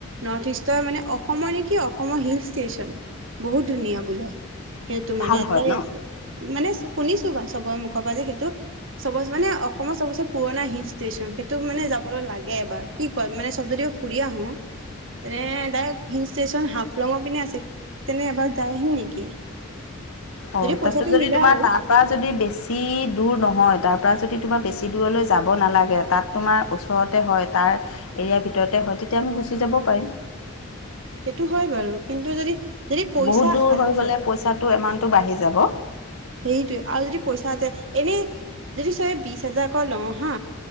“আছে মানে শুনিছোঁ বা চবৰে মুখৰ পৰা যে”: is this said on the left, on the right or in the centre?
Right